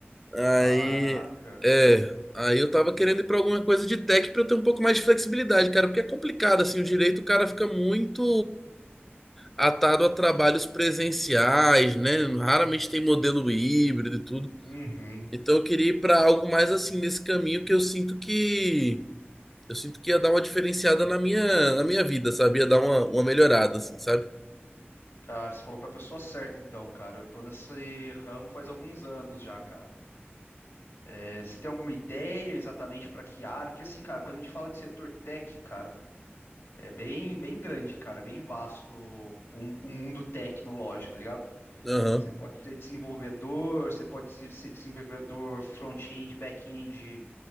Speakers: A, in the centre; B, on the left.
A: Aí,
B: Caraca.
A: é, aí eu tava querendo ir pra alguma coisa de tech pra eu ter um pouco mais de flexibilidade, cara, porque é complicado assim, o direito, o cara fica muito atado a trabalhos presenciais, né? Raramente tem modelo híbrido e tudo.
B: Uhum.
A: Então eu queria ir pra algo mais assim nesse caminho que eu sinto que eu sinto que ia dar uma diferenciada na minha na minha vida, sabe? Ia dar uma, uma melhorada assim, sabe?
B: Cara, você falou com a pessoa certa, então, cara. Eu tô nesse ramo faz alguns anos já, cara. É, você tem alguma ideia exatamente pra que área? Porque, assim, cara, quando a gente fala de setor tech, cara, é bem, bem grande, cara. É Bem vasto o, o mundo tecnológico, tá ligado?
A: Aham.
B: Você pode ser desenvolvedor, você pode ser desenvolvedor front-end, back-end.